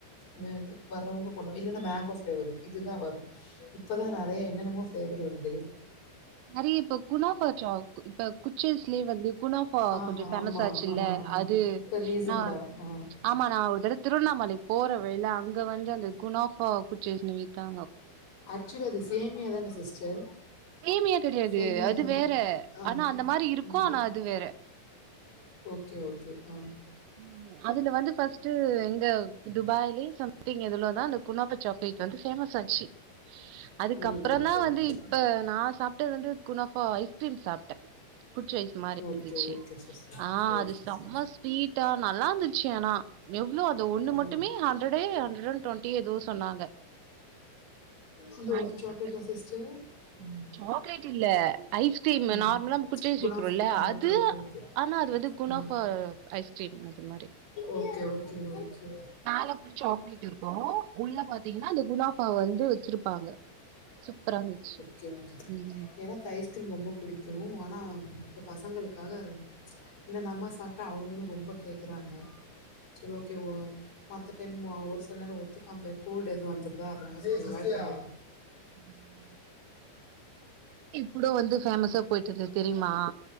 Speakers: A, on the left; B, on the right.
A: மேங்கோ வறவங்க கொண்டு இல்லன்னா மேங்கோ ஃப்ளேவரு இதுதா வரு இப்பதா நெறைய என்னன்னமோ ஃப்ளேவர் வருது
B: நெறைய இப்ப குணாஃபா சாக் கு இப்ப குச்சி ஐஸ்லயே வந்து குனாஃபா
A: ஆ
B: கொஞ்ச ஃபேமஸ்
A: ஆமா
B: ஆச்சுல்ல
A: ஆ
B: அது
A: இப்ப ரீசன்டா
B: நா
A: ஆ
B: ஆமா நா ஒரு தடவ திருவண்ணாமலைக்கு போற வழில அங் க வந்து அந்த குனாஃபா குச்சி ஐஸ்னு வித்தா
A: ஆக்சுவலி அது சேமியாதான சிஸ்டர்
B: சேமியா கெடையாது
A: சேமியா
B: அது
A: தானே
B: வேற
A: ஆ
B: ஆனா அந்த மாரி இருக்கு
A: ம்
B: ஆனா அது வேற
A: ஓகே ஓகே ஆ
B: ம் அ துல வந்து ஃபஸ்ட்டு இங்க துபாய்லயே சம்திங் எதிலோதா அந்த குனாஃபா சாக்லேட் வந்து ஃபேமஸ் ஆச்சு அதுக்கப்புறந்தா
A: ம் ஓகே
B: வந்து
A: ஓகே
B: இப்ப நா சா ப்டது வந்து குனாஃபா ஐஸ்கிரீம் சாப்ட்டே குச்சி ஐஸ் மாரி
A: ஓகே
B: இருந்துச்சி
A: ஓகே சிஸ்டர்
B: ஆ
A: ஓகே
B: அது செம
A: சிஸ்
B: ஸ்வீட் ஆ நல்லா இருந்துச்சு ஆனா எவ்ளோ அந்த ஒண்ணு
A: ம்
B: மட்டுமே ஹண்ட்ரடே ஹண்ட்ரட் அன் டொன்டி எதோ சொன்னாங்க
A: அந்த
B: வாங்கி
A: ஒரு சாக்லேட்டா
B: சாப்டே
A: சிஸ்டர் ம்
B: சாக்லேட் இல்ல ஐஸ்கிரீமு
A: ம்
B: நார்மலா குச்சி ஐஸ்
A: குணாஃப்
B: விக்கிறோல்ல
A: அ
B: அது
A: ஓகே ஓகே ஓகே
B: ஆனா அது வந்து குனாஃபா
A: ஆ
B: ஐஸ்கிரீம் அது மாரி
A: ஓகே ஓகே ஓகே
B: மேல அப்டி சாக்லேட் இருக்கு உள்ள பாத்திங்கனா அந்த குனாஃபா வந்து வச்சிருப்பாங்க சூப்பரா இருந்துச்சு
A: கே ஓகே கே
B: ம்
A: எனக்கு ஐஸ்கிரீம் ரொம்ப புடிக்கு ஆ ஆனா இப்ப பசங்களுக்காக என்ன நம்ம சாப்பிட்டா அவங்களு ரொம்ப கேக்குறாங்க சரி ஓகே ஓ மத்த டைம் ஒரு சில நேரோ ஒத்துக்காம போய் கூல்டு எது வந்துருதா அதனால <unintelligible>
B: உம் கூட வந்து ஃபேமஸா போயட்டு இருந்த தெரியுமா